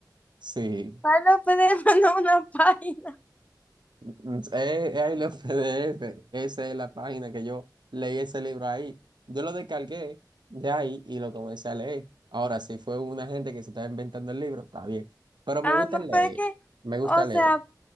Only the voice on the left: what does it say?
no PDF no <laughs> una página.
Ah,
no,
pero es que,
o
sea,